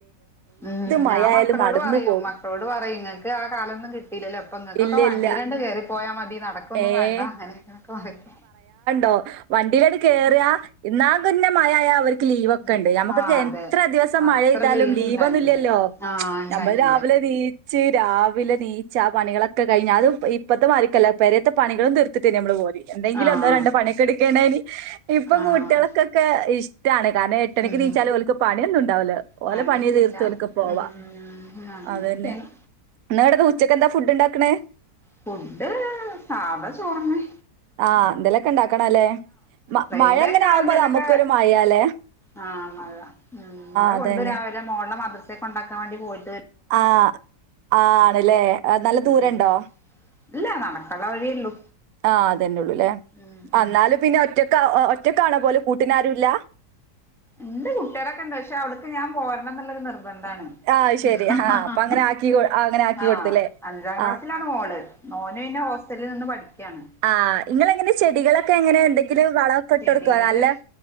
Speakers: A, in the centre; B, on the right (about 65°).
A: ഉം
B: മഴ
A: ഞാൻ
B: ആയാലും
A: മക്കളോട്
B: നടന്ന്
A: പറയും
B: പോവും
A: മക്കളോട് പറയും നിങ്ങക്ക് ആ കാലമൊന്നും കിട്ട ല്ലല്ലോ അപ്പൊ നിങ്ങൾക്കൊക്കെ
B: ഇല്ല
A: വണ്ടിയിലണ്ട്
B: ഇല്ല
A: കേറി പോയാ മതി നടക്കൊന്നും
B: ഏ
A: വേണ്ട അങ്ങനെങ്ങനൊക്കെ പറയ് -
B: ഓഹ് വണ്ടിയിലത് കേയറിയ ഇന്നാൾകുപിന്നമയ ആയ അവർക്ക് ലീവ ഒക്കെ
A: ഉം
B: ഉണ്ട്- ഞമ്മുക്ക്
A: ആഹ് അതെ
B: ഇത്ര ദിവസം
A: അത്ര
B: മഴ പെയ്താലും
A: ലീവ്
B: ലീവൊന്നുല്ലല്ലോ
A: ഉണ്ടായിരുന്നില്ല ആഹ് ഉണ്ടായിരുന്നില്ല
B: നമ്മൾ രാവിലെ നീ ച്ച് രാവിലെ നീച്ച് ആ പണികളോക്കെ കഴിഞ്ഞ അുതും ഇപ്പത്തെും മാരിക്കല്ല പെരേത്തെ പണികളും തീർത്തിട്ട്ന്നെ നമ്മള് പോയ- എന്തെങ്കിലും
A: ആഹ്
B: ഒന്നോ രണ്ടൊ പണിയൊക്കെ എടുക്കെണ്ടയ്നി ഇപ്പം
A: ആഹ്
B: കുട്ടികൾക്കൊക്കെ ഇഷ്ടാണ്- കാരണം ഏട്ടരക്ക്
A: ഉം
B: നീച്ചാലും ഓൽക്ക്- പണിയൊന്നും ഉണ്ടാവൂല ഓലെ
A: പണിയൊന്നുല്ല
B: പണി തീർത്തോൽക്ക് പോവാ
A: ഉം അങ്ങനെയൊക്കെയാണ്
B: അത് തന്നെ- ന്ന്ങ്ങട്ട് ഉച്ചക്ക് എന്താ ഫുഡ് ഉണ്ടാക്കണേ?
A: ഫുഡ് സാധാ ചോർന്നെ
B: ആഹ എന്തെലൊക്കെ ഉണ്ടാക്കണം അല്ലേ മ
A: ഫ്രൈഡേ
B: മഴ എങ്ങനെ
A: ഒക്കെ
B: ആവുമ്പോ
A: എന്തേലൊക്കെ
B: നമുക്കൊരു മഴല്ലേ
A: ആഹ് മഴ ഉം മഴ
B: അതന്നെ
A: കൊണ്ടുരാവിലെ മോളെ മദ്രസെ കൊണ്ടാക്കാൻ വേണ്ടി പോയി
B: ആ ആണല്ലേ നല്ല ദൂരണ്ടോ
A: ഉം ഇല്ല നടക്കള്ള വഴിയുള്ളൂ
B: ആ അതെന്നെള്ളൂ ലെ
A: ഉം
B: എന്നാലും
A: ഉം
B: പിന്നെ ഒറ്റ ഒറ്റക്കാണാ പോലും കൂട്ടിനാരുംല്ലാ
A: ണ്ട് കുട്ടിയെളൊക്കെ ണ്ട് ക്ഷെ അവ്ട് ക്ക് ഞാൻ പോരണന്നുള്ള ഒരു നിർ നിർബന്ധണ്
B: ആഹ് ശെരി
A: ആ
B: ആഹ്
A: ഹഹ
B: അപ്പൊ അങ്ങനെ ആക്കി അങ്ങനെ ആക്കി
A: ആ
B: കൊടുത്തല്ലേ
A: അഞ്ചാം ക്ലാസ്സിലാണ്
B: ആഹ്
A: മോള് മോന് പിന്നെ ഹോസ്റ്റലിൽ നിന്ന് പഠിക്കയാണ്
B: ആ ഇങ്ങൾ എങ്ങനെ ചെടികളൊക്കെ എങ്ങനെ എന്തെങ്കിലും വളക്കെ
A: ഷെഡ്യൂള്
B: ഇട്ട് കൊടുക്കോ നല്ല